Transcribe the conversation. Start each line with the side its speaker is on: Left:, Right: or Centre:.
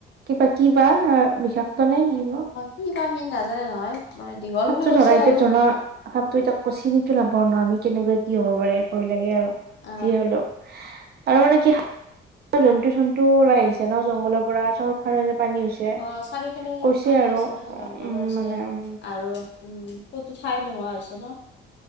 Right: কিবা কিবা বিষাক্ত নে কিবা।
Left: কিবা সি নাজানে নহয়। মানে দীঘল
Right: সাপতটো
Left: বুলি কৈছে
Right: ধৰা ভিতৰ
Left: আৰু
Right: ধৰা সাপতো এতাকতো চিনিয়ে নাপাওঁ ন আমি কেনেকুৱা কি হব পাৰে ভয় লাগে আৰু
Left: অ
Right: যি হ'লেও। আৰু মানে কি ন জন্তু জন্তু ওলাই আহিছে ন জংলৰ পৰা চফ পানী হৈছে।
Left: অ, চাৰিওফালে
Right: কৈছে
Left: পানী
Right: আৰু
Left: হৈছে ন জংঘল
Right: উম
Left: হৈছে
Right: মানে উম
Left: আৰু, উম, ক'তো ঠাই নোহোৱা হৈছে ন।